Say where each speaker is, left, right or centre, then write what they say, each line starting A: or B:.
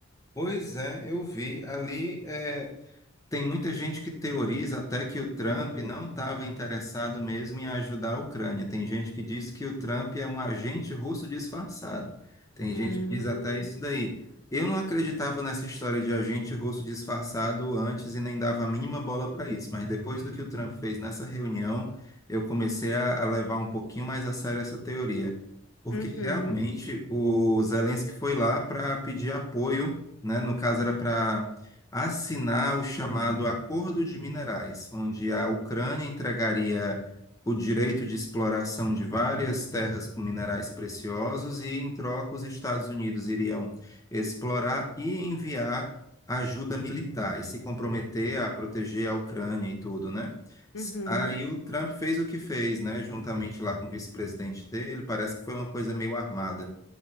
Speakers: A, on the left; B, on the left.
A: Pois é, eu vi ali. é, Tem muita gente que teoriza até que o Trump não estava interessado mesmo em ajudar a Ucrânia. Tem gente que diz que o Trump é um agente russo disfarçado. Tem
B: Hum,
A: gente que diz até isso daí. Eu não acreditava nessa história de agente russo disfarçado antes e nem dava a mínima bola para isso, mas depois do que o Trump fez nessa reunião, eu comecei a a levar um pouquinho mais a sério essa teoria. Porque
B: uhum,
A: realmente o Zelensky foi lá para pedir apoio, né? No caso era para assinar o chamado Acordo de Minerais, onde a Ucrânia entregaria o direito de exploração de várias terras com minerais preciosos e, em troca, os Estados Unidos iriam explorar e enviar ajuda militar e se comprometer a proteger a Ucrânia e tudo, né?
B: uhum,
A: Aí o Trump fez o que fez, né? Juntamente lá com o vice-presidente dele, parece que foi uma coisa meio armada.